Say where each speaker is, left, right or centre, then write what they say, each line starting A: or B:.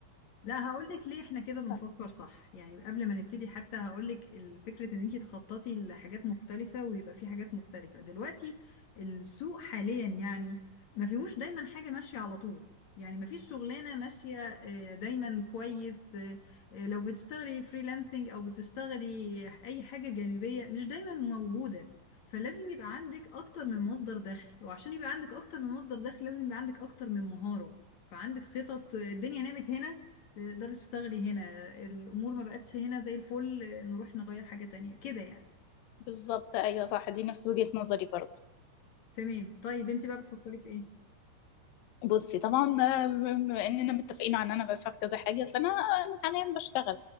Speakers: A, on the left; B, on the left.
A: لا هقولك ليه احنا كده بنفكر
B: <laughs>
A: صح يعني قبل ما نبتدي حتى هقولك فكرة ان انتي تخططي لحاجات مختلفة ويبقى في حاجات مختلفة دلوقتي السوق حاليا يعني ما فيهوش دايما حاجة ماشية على طول يعني ما فيش شغلانة ماشية آه، دايما كويس آه، آه، لو بتشتغلي فريلانسنج او بتشتغلي اي حاجة جانبية مش دايما موجودة فلازم يبقى عندك اكتر من مصدر دخل وعشان يبقى عندك اكتر من مصدر دخل لازم يبقى عندك اكتر من مهارة فعندك خطط آه، الدنيا نامت هنا تقدري تشتغلي هنا الامور ما بقتش هنا زي الفل نروح نغير حاجة تانية كده يعني
B: بالظبط ايوه صح دي نفس وجهة نظري برضه
A: تمام طيب انت بقى بتفكري في ايه
B: بصي طبعا آه، بما اننا متفقين عن انا بسعى في كذا حاجه فانا أنا حاليا بشتغل